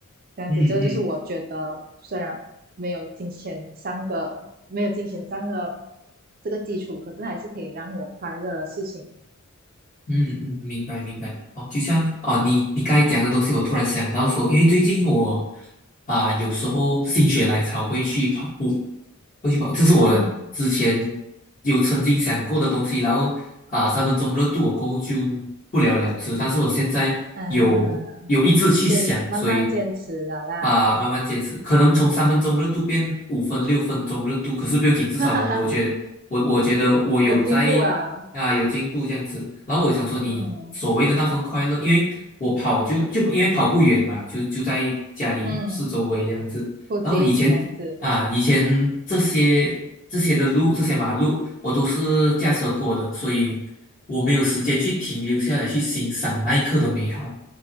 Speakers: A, on the right; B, on the left.
A: 这样子，
B: 嗯嗯。
A: 这个就是我觉得虽然没有金钱上的没有金钱上的这个基础，可是还是可以让我快乐的事情。
B: 嗯嗯，明白明白。哦，就像哦，你你刚才讲的东西，我突然想到说，因为最近我啊、有时候心血来潮会去跑步，会去跑，这是我之前
A: 嗯。
B: 有曾经想过的东西。然后啊、三分钟热度我过后就不了了之。但是我现在有有一直去想，
A: 嗯，坚慢慢坚持了啦，
B: 所以啊，慢慢坚持，可能从三分钟热度变五分、六分钟热度，可是不用紧，
A: <laughs>
B: 至少我觉得我我觉得我有在
A: 哈哈哈，有进步啊，
B: 啊有进步这样子。然后我想说，你所谓的那份快乐，
A: 嗯
B: 因为我跑就就因为跑不远嘛，就就在家里四周围这样子。
A: 嗯，不精这样子，
B: 然后以前啊，以前这些这些的路、这些马路，我都是驾车过的，所以我没有时间去停留下来去欣赏那一刻的美好。